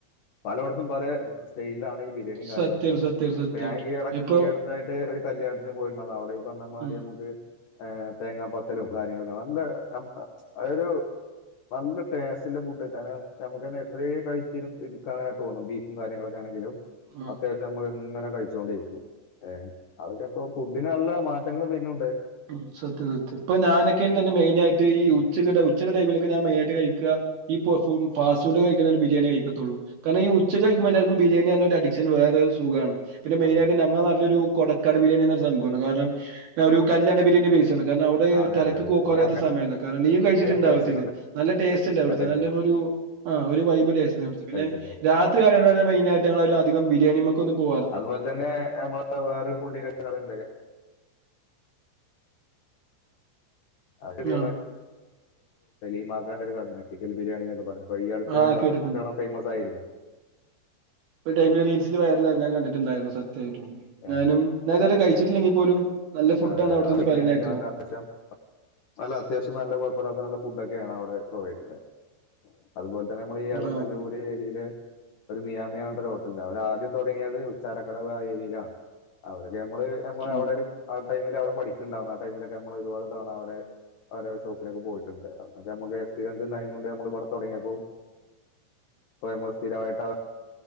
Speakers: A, on the left; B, on the right.
A: പലോടത്തും പല സ്റ്റെയിലിലാണ് ഈ ബിരിയാണിയും കാര്യങ്ങൾ
B: സത്യം
A: വരണത്
B: സത്യം സത്യായിട്ടും
A: അപ്പ ഞാൻ ഈയെടെ
B: ഇപ്പൊ
A: ഈ അടുത്തായി ട്ട് ഒരു കല്യാണത്തിന് പോയിട്ടുണ്ടാർന്നു അവിടെ ഈപറഞ്ഞ മാതിരി
B: ഉം
A: നമുക്ക് ഏ തേങ്ങാ പത്തലും കാര്യങ്ങളൊക്കെ നല്ല അം അ അതൊരു നല്ല ടേസ്റ്റിന്റെ ഫുഡ് കാരണം നമുക്ക് തന്നെ എത്രേ കഴിച്ചിരു ഇടുക്കാൻ അങ്ങനെ തോന്നും ബീഫും കാര്യങ്ങളൊക്കെ ആണെങ്കിലും
B: ആ
A: അത്യാവശ്യം നമ്മുക്ക് ഇങ്ങനെ കഴിച്ചു കൊണ്ടെരിക്കും ഏ അതൊക്കെ ഇപ്പോ ഫുഡിന് നല്ല മാറ്റങ്ങൾ പിന്നുണ്ട്
B: മ് സത്യം സത്യം ഇപ്പ ഞാനൊക്കെ തന്നെ മെയിനായിട്ട് ഈ ഉച്ചക്കടെ ഉച്ചക്കടെ ടൈമിലക്കെ ഞാൻ മെയിനായിട്ട് കഴിക്ക ഈ പഫും ഫാസ്റ്റ് ഫുഡ് ഞാൻ കഴിക്കുന്നേല് ബിരിയാണി കഴിക്ക ത്തൊള്ളൂ കാരണംഈ ഉച്ചക്ക് കഴിക്കുമ്പോൾ എല്ലാവർക്കും ബരിയാണി റഞ്ഞ ഒരു അഡിക്ഷൻ വേറെ ഒരു സുഖാണ് പിന്നെ മെയിനായിട്ട്
A: അതെ
B: ഞങ്ങളെ നാട്ടിലൊരു കൊടക്കാട് ബിരിയാണി എന്നൊരു സംഭവ ഒണ്ട് കാരണം ഒരു കല്യാണ ബിരിണി ബെയ്സ് ട്ടണ് കാരണം അവിടെ
A: അതെ
B: തെരക്ക്
A: അതെ അതെ
B: കോക്കോരാത്ത
A: അതെ. ഞാൻ
B: സമയല്ല കാരലീം കഴിച്ചിട്ടുണ്ടാവത്തില്ല
A: കഴി- ഞാൻ കഴിച്ചിട്ടുണ്ട്
B: നല്ല ടേസ്റ്റ്ല്ലെ അവിടുത്തെ
A: കഴിച്ചിട്ടുണ്ട്
B: നല്ല ഒരു പോ ആ ഒരു വൈബ് ടേസ്റ്റ് ഞാൻ പിടിച്ചു പിന്നെ
A: കഴിച്ചിട്ടുണ്ട്
B: രാത്രി കാല ഒള്ളത് മെയിനായിട്ട് ഒരു അധികം ബിരിയാണി മ്മുക്കൊന്നും ബോ
A: അതുപോലെ തന്നെ നമ്മളെ വേറൊരു പുതിയ കടേണ്ടാക്കേ അതെ <unintelligible>
B: ആ
A: ഇതാണ്ടൊരു കാലം ഞെട്ടിക്കൽ ബിരിയാണി എന്നൊക്കെ പറഞ്ഞു പ്പം ഈ അടുത്ത്
B: ആ കേട്ടിട്ടുണ്ട്
A: നല്ലോണം ഫേമസ് ആയിരുന്നു
B: ഈടൈമില് റീൽസില് വയറലായി ഞാൻ കണ്ടിട്ടുണ്ടായിരുന്നു സത്യായിട്ടും
A: ഏഹ്
B: ഞാനും ഞാനിത്വരെ കഴിച്ചിട്ടില്ലെങ്കിൽ പോലും നല്ല ഫുഡാണ്
A: അതെ അതെ
B: അവിടുത്തെന്ന്
A: ആ ബിരിയാണിയൊക്കെ
B: പറയണേക്കാ
A: ആണല്ലോ അപ്പശം നല്ല അത്യാവശ്യം നല്ല കൊഴപ്പല്ലാത്ത നല്ല ഫുഡ്ക്കെയാണ് അവിടെ പ്രൊവൈഡ്ണ്ടായെ അതുപോലെ ഇത്രേംനമ്മളി എളനല്ലൂര്
B: ആഹ്
A: ഏരിയയില് ഒരു മിയാമിയാണ്ടൊരു ഹോട്ടല് ഞങ്ങളാദ്യം തൊടങ്ങിയത് ഉച്ചാരക്കടവ് ആ ഏരിയയിലാണ് അവരോട് നമ്മള് നമ്മളെ
B: ആഹ്
A: അവിടെ ഒരു ആ ടൈമിൽ അവിടെ പഠിക്കുന്നുണ്ടാർന്നു ആ ടൈമിലൊക്കെ നമ്മൾ ഒരുപാട് തവണ അവിടെ അവരെ ഷോപ്പിലൊക്കെ പോയിട്ടുണ്ട് അതൊക്കെ നമുക്ക് എക്സ്പീരിയൻസ്ണ്ടായ കൊണ്ട് നമ്മൾ ഇവിടെ തൊടങ്ങിയപ്പോ പൊഴ മത്തി രായിട്ട